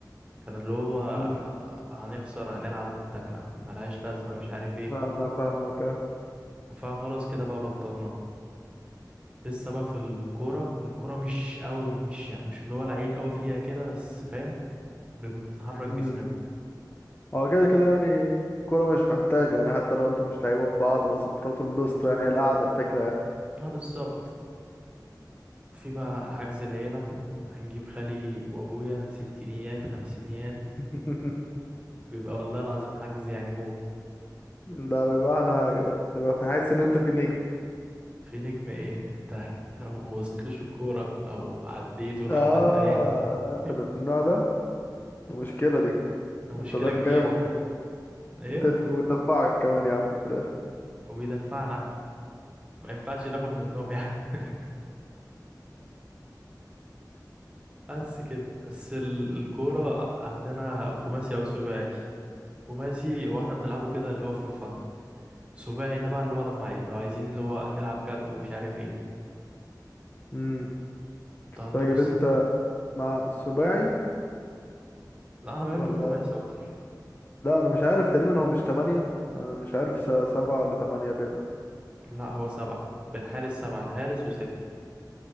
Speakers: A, on the right; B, on the left.
A: كان اللي هو
B: امم
A: هنخسر هنلعب طب ما- ملهاش لازمة مش عارف ايه
B: انا فاهمك اه
A: فخلاص كده بقى بطلناه لسه بقى في الكورة الكورة مش قوي مش يعني مش اللي هو لعيب قوي فيها كده بس فاهم بنحرك
B: امم
A: جسمنا
B: هو كده كده يعني كرة مش محتاجة يعني حتى لو انتوا مش لعيبة في بعض بس بتروحوا تنبسطوا يعني هي القعدة الفكرة يعني
A: اه بالظبط في بقى حجز العيلة هنجيب خالي وابويا ستينيات خمسينيات
B: <laughs>
A: بيبقى والله العظيم حجز يعني موت
B: ده بيبقى أحلى حاجة ده ده بيبقى في حاسس إن أنت في نجم
A: في نجم ايه انت انت لو ما بصيتلوش الكورة لو عديت ولو
B: آه
A: عملت اي
B: لا أنت
A: <laughs>
B: من النوع ده المشكلة دي
A: ده مشكلة
B: أنت داخل
A: كبيرة
B: جاي من الكورة
A: ايه
B: وتدف... ويدفعك كمان يا عم في الآخر
A: وبيدفعنا احنا ما ينفعش ناخد منهم يعني <laughs> بس كده بس ال- الكورة عندنا خماسي أو سباعي خماسي هو احنا بنلعبه كده اللي هو فور فن سباعي ده بقى اللي هو لما عاي... لو عايزين اللي هو نلعب جد ومش عارف ايه
B: امم
A: انت عندكوا
B: طيب
A: الس...
B: أنت مع السباعي
A: لا انا بحب
B: ولا
A: الخماسي اكتر
B: لا انا مش عارف تقريبا هو مش تمانية انا مش عارف س- سبعة ولا تمانية بيبقى
A: لا هو سبعة بالحارس سبعة الحارس وستة